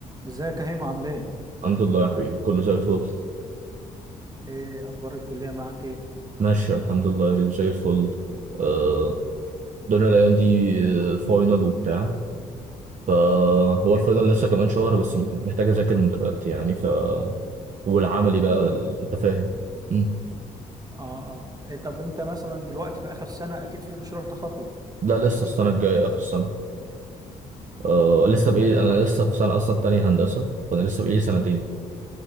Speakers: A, on the right; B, on the right.
A: ازيك يا هيما عامل ايه؟
B: الحمد لله يا حبيبي كله زي الفل
A: ايه اخبار الكلية معاك ايه؟
B: ماشي الحمد لله زي الفل آه، الدنيا الأيام دي آه، فاينل وبتاع فهو الفاينل لسه كمان شهر بس محتاج أذاكر من دلوقتي يعني ف والعملي بقى ال- أنت فاهم مم.
A: اه اه إيه طب انت مثلا دلوقتي في اخر سنة اكيد في مشروع تخرج
B: ده لسه السنة الجاية آخر السنة آه لسه
A: لا
B: بقالي
A: يا
B: أنا
A: رأي
B: لسه في سنة أصلا تانية هندسة فأنا لسه بقالي سنتين